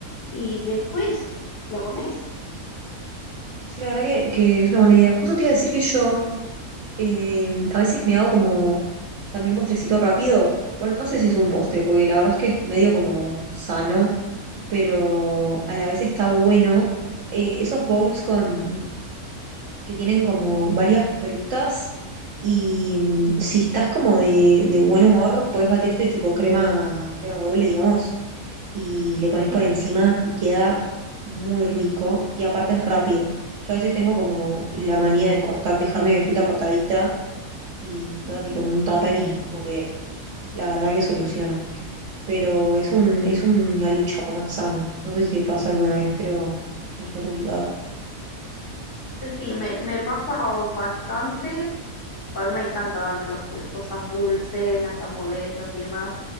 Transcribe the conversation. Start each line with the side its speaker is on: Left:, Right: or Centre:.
Left: y después lo comés.
Right: Sí, la verdad que, que es una buena idea. Justo te iba a decir que yo eh, a veces me hago como también postrecito rápido. Bueno, no sé si es un postre, porque la verdad es que es medio como sano, pero a la vez está bueno. Eh, esos bowls con que tienen como varias frutas y mm, si estás como de, de buen humor, puedes batirte tipo crema, crema doble, digamos, y
Left: Ujú,
Right: le pones por encima y queda muy rico y aparte es rápido. Yo a veces tengo como la manía de cortar, dejarme mi fruta cortadita y
Left: ujú.
Right: toda tipo en un tupper y como que la verdad que soluciona. Pero es un, es una lucha comer sano. No sé si te pasa alguna vez, pero es re complicado.
Left: Sí, me, me pasa bastante. A mí me encantan también las, las cosas dulces, las hamburguesas y demás.